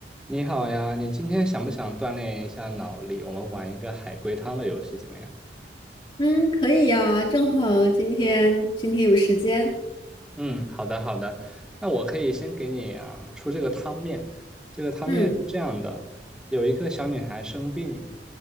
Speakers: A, in the centre; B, on the left.
A: 你好呀，你今天想不想锻炼一下脑力？我们玩一个海龟汤的游戏怎么样？
B: 嗯，可以呀，正好今天今天有时间。
A: 嗯，好的好的。那我可以先给你啊出这个汤面。这个汤面是这样的：
B: 嗯
A: 有一个小女孩生病了，